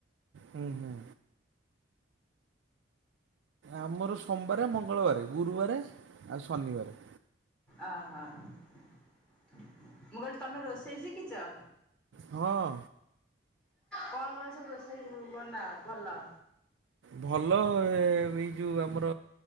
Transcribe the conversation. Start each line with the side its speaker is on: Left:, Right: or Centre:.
Right: ହୁଁ ହୁଁ। ଆମର ସୋମବାର, ମଙ୍ଗଳବାର, ଗୁରୁବାର ଆଉ ଶନିବାର।
Centre: ଅହୋ ମୁଁ କହିଲି ତମେ ରୋଷେଇ ଶିଖିଛ?
Right: ହଁ।
Centre: କଣ କଣ ସବୁ ରୋଷେଇ ବନାଅ? ଭଲ।
Right: ଭଲ ଏଇ ଯୋଉ ଆମର